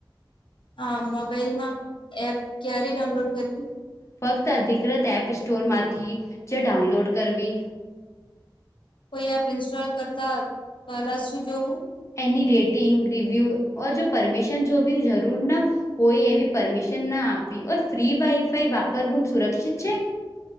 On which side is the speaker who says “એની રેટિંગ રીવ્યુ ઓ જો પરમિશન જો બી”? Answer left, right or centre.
Left